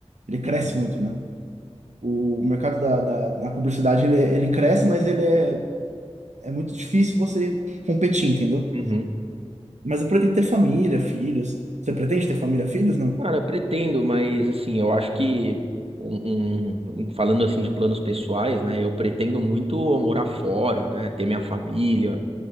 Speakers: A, on the right; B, on the right.
A: Ele cresce
B: Uhum.
A: muito, né? O mercado da, da, na publicidade, ele, ele cresce, mas ele é, é muito difícil você competir, entendeu?
B: Uhum.
A: Mas eu pretendo ter família, filhos. Você pretende ter família, filhos? Não.
B: Cara, pretendo, mas assim, eu acho que um, um- falando assim de planos pessoais, né? Eu pretendo muito morar fora, né? Ter minha família